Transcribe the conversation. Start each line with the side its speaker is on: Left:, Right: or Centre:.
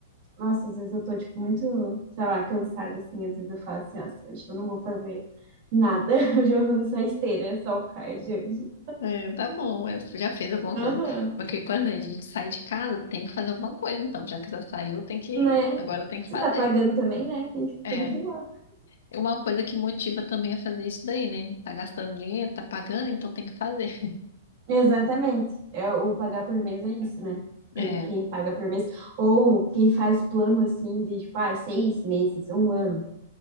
Right: nossa, às vezes eu tô, tipo, muito, sei lá, cansada, assim, às vezes eu falo assim, nossa, hoje eu não vou fazer nada, <laughs> hoje eu vou fazer só esteira, só o cardio hoje.
Left: É, tá bom, é, já fez alguma
Right: Aham.
Left: coisa. Porque quando a gente sai de casa, tem que fazer alguma coisa. Então, já que já saiu, tem que,
Right: Né?
Left: agora tem que
Right: Você
Left: fazer.
Right: tá pagando também, né? Tem que,
Left: É.
Right: tem que ir lá.
Left: É Uma coisa que motiva também a fazer isso daí, né? Tá gastando dinheiro, tá pagando, então tem que fazer.
Right: Exatamente. É, o pagar por mês é isso, né?
Left: É,
Right: Quem, quem paga por mês. Ou quem faz plano assim de tipo, ah, seis meses, um ano.